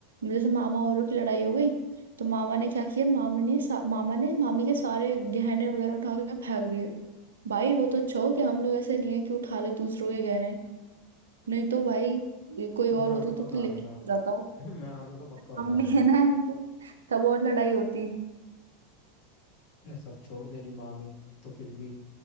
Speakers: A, on the right (about 75°); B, on the left (about 55°).
A: जैसे मामा औरों की लड़ाई हो गई तो मामा ने क्या किया मामा ने सा- मामा ने मामी के सारे गहने वगैरह उठा के फेंक दिए भाई वो तो अच्छा हो कि हम लोग ऐसे नहीं है कि उठा ले दूसरों के गहने नहीं तो भाई ये कोई
B: मैं
A: और
B: आता
A: होता तो,
B: तो उठा
A: तो लेके
B: लेता
A: जाता
B: मैं आता तो पक्का उठा
A: हम
B: लेता
A: भी है ना ऐसे तब और लड़ाई होती
B: ये सब छोड़ तेरी मामी तो फिर भी